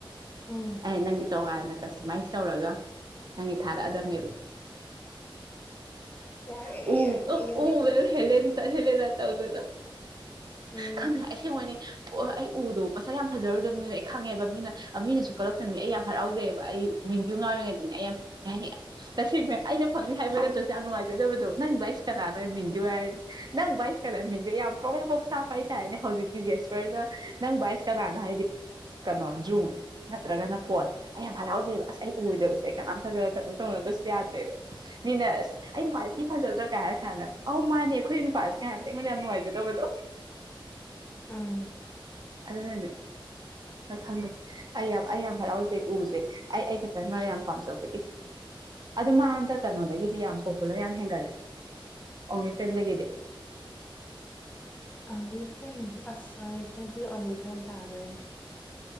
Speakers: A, on the left (about 15°); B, on the right (about 50°).
A: ꯎꯝ
B: ꯑꯩ ꯅꯪꯒꯤ ꯇꯣꯉꯥꯟꯅ ꯀꯁꯇꯃꯥꯏꯁ ꯇꯧꯔꯒ ꯅꯪꯒꯤ ꯊꯥꯔꯛꯑꯗꯕꯅꯦꯕ
A: ꯌꯥꯔꯦ
B: ꯎ
A: ꯌꯥꯔꯦ
B: ꯑꯣ
A: ꯌꯥꯔꯦ
B: ꯍꯂꯇ ꯍꯂ ꯅ ꯇꯧꯕꯗ
A: ꯎꯝ
B: ꯈꯪꯗꯦ ꯑꯩꯁꯦꯡ ꯃꯣꯏꯅꯤ ꯑꯣ ꯑꯩ ꯎꯗꯣ ꯃꯁꯥ ꯌꯥꯝ ꯐꯖꯔꯨꯗꯕꯅꯤꯅ ꯑꯩ ꯈꯪꯉꯦꯕ ꯃꯤꯅ ꯃꯤꯅꯁꯨ ꯀꯜꯂꯛꯇꯕꯅꯤ ꯑꯩ ꯌꯥꯝ ꯍꯔꯥꯎꯖꯩꯑꯕ ꯑꯩ ꯃꯤꯡꯒꯤ ꯉꯥꯏꯔꯤꯉꯩꯗꯅꯤ ꯑꯩ ꯌꯥꯝ ꯀꯩ ꯍꯥꯏꯅꯤ ꯇꯁꯦꯡꯅ ꯑꯩꯅ ꯐꯪꯅꯤ ꯍꯥꯏꯕ ꯅꯠꯇ꯭ꯔꯁꯨ ꯌꯥꯝ ꯅꯨꯡꯉꯥꯏꯖꯩꯗꯕꯗꯣ ꯅꯪꯕꯨ ꯑꯩꯁ ꯀꯅꯥꯅꯣ ꯃꯤꯡꯗꯣꯏ ꯍꯥꯏꯔꯗꯤ ꯅꯪ ꯕꯥ ꯑꯩꯁ ꯀꯅꯥꯅ ꯃꯤꯡꯗꯌ ꯌꯥꯝ ꯄꯥꯎꯅ ꯄꯣꯛ ꯁꯥꯄ ꯍꯥꯏꯇꯥꯔꯦꯅꯦ ꯍꯧꯖꯤꯛꯇꯤ ꯖꯦꯁꯔꯗ ꯅꯪ ꯑꯩꯁ ꯀꯅꯥꯅꯣ ꯍꯥꯏꯗꯤ ꯀꯩꯅꯣ ꯖꯨꯝ ꯅꯠꯇ꯭ꯔꯒꯅ ꯄꯣꯠ ꯑꯩ ꯌꯥꯝ ꯍꯔꯥꯎꯖꯩꯑꯕ ꯑꯁ ꯑꯩ ꯎꯗꯕꯁꯦ ꯑꯩ ꯀꯅꯥꯝꯇꯛꯒ ꯀꯩꯅꯣ ꯇꯧꯅꯗꯁꯨ ꯌꯥꯗ꯭ꯔꯦꯕ ꯃꯤꯅ ꯑꯁ ꯑ ꯁꯤ ꯐꯖꯗ꯭ꯔꯣ ꯀꯥꯏ ꯍꯥꯏꯔ ꯀꯥꯟꯗ ꯑꯧ ꯃꯥꯅꯦ ꯑꯩꯈꯣꯏ ꯅꯨꯄꯥꯁꯦ ꯀꯥꯏ ꯍꯥꯏꯁꯦ ꯑꯩꯉꯣꯟꯗ ꯌꯥꯝ ꯅꯨꯡꯉꯥꯏꯖꯗꯕꯗꯣ
A: ꯎꯝ
B: ꯑꯗꯨꯅꯂꯦ ꯍꯣꯏ ꯈꯪꯗꯦ ꯑꯩ ꯌꯥꯝ ꯑꯩ ꯌꯥꯝ ꯍꯔꯥꯎꯖꯩ ꯎꯁꯦ ꯑꯩ ꯑꯩ ꯈꯛꯇꯪꯅ ꯌꯥꯝ ꯄꯥꯝꯖꯕꯒꯤ ꯑꯗꯨ ꯃꯥ ꯑꯝꯇ ꯀꯩꯅꯣꯗꯒꯤꯗꯤ ꯌꯥꯝ ꯄꯣꯄꯨꯂꯔ ꯌꯥꯝ ꯍ ꯑꯣꯟꯂꯤ ꯐ꯭ꯔꯦꯟꯗꯒꯤꯗꯤ
A: ꯑꫭꯟꯂꯤ ꯐ꯭ꯔꯦꯟꯁ ꯑꯁ ꯑꫭꯂꯤ ꯐ꯭ꯔꯦꯟꯁꯤꯁꯨ ꯑꯣꯂꯤ ꯐ꯭ꯔꯦꯟ ꯇꯥꯈ꯭ꯔꯦꯅꯦ